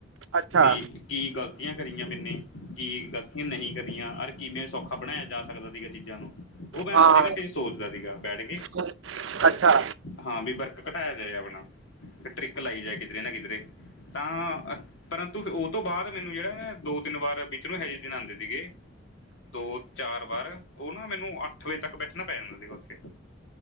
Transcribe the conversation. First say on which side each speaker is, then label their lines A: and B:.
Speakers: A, on the right; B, on the left.
A: ਅੱਛਾ
B: ਬੀ ਕੀ ਗ਼ਲਤੀਆਂ ਕਰੀਆਂ ਮੈਨੇ ਕੀ ਗ਼ਲਤੀਆਂ ਨਹੀਂ ਕ ਤੀਆਂ ਅਰ ਕਿਵੇਂ ਸੌਖਾਂ ਬਣਾਇਆਂ ਜਾਂ ਸਕਦਾਂ ਸੀਗਾ ਚੀਜ਼ਾਂ ਨੂੰ। ਔ ਮੈ
A: ਹਾਂ
B: ਅੱਧੇ ਘੰਟੇ'ਚ ਸੋਚਦਾਂ ਸੀਗਾ ਬੈਠ ਕੇ।
A: ਹੂੰ, ਅੱਛਾ
B: ਹਾਂ ਵੀ ਵਰਕ ਘਟਾਇਆ ਜਾਏਂ ਆਪਣਾਂ, ਤੇ ਟ੍ਰਿਕ ਲਾਈ ਜਾਏ ਕਿਧਰੇ ਨਾ ਕਿਧਰੇ। ਤਾਂ ਪਰੰਤੂ, ਫ਼ਿਰ ਉਹ ਤੋਂ ਬਾਅਦ ਮੈਂਨੂੰ ਜਿਹੜਾ ਨਾ ਦੋ ਤਿੰਨ ਵਾਰ ਵਿੱਚ ਅਹੇ ਜੇ ਦਿਨ ਆਂਦੇ ਸੀਗੇ। ਦੋ-ਚਾਰ ਵਾਰ, ਉਹ ਨਾ ਮੈਨੂੰ ਅੱਠ ਵਜੇ ਤੱਕ ਕੀ ਬੈਠਣਾ ਪੈ ਜਾਂਦਾ ਸੀਗਾ ਔਥੇ।